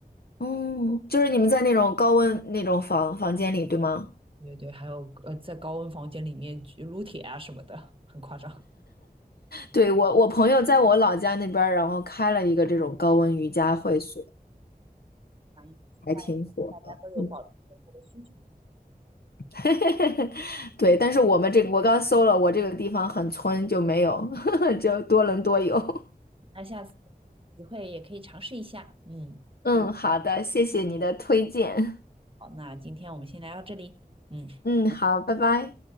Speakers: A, on the left (about 80°); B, on the right (about 35°).
A: 哦，就是你们在那种高温那种房房间里，对吗？
B: 对对，还有呃，在高温房间里面举撸铁啊什么的，很夸张。
A: 对，我我朋友在我老家那边儿，然后开了一个这种高温瑜伽会所，
B: 啊，因为现在
A: 还挺火的。
B: 大家都有保持生活的需求，
A: 嗯，<laughs> 对，但是我们这个我刚搜了，我这个地方很村，就没有，<laughs> 就多伦多有。<laughs>
B: 那下次有机会也可以尝试一下。嗯，
A: 嗯，好的，谢谢你的推荐。
B: 好，那今天我们先聊到这里。嗯。
A: 嗯，好，拜拜。